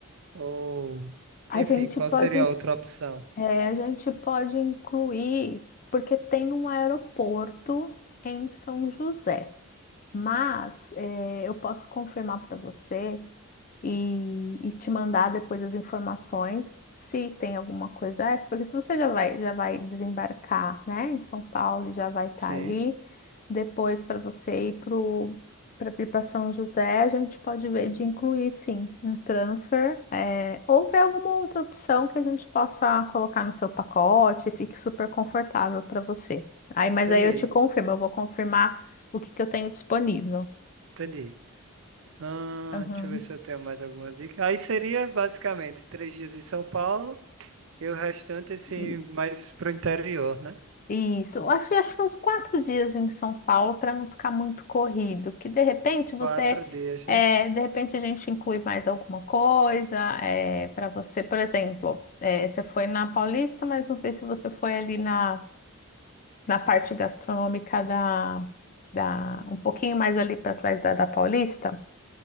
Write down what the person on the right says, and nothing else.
Ou,
enfim,
qual
seria a outra opção?
Sim,
entendi,
entendi. Ah,
deixa eu ver se eu tenho mais alguma dica. Aí seria basicamente três dias em São Paulo e o restante assim
mais pro interior, né?
Quatro dias,
né?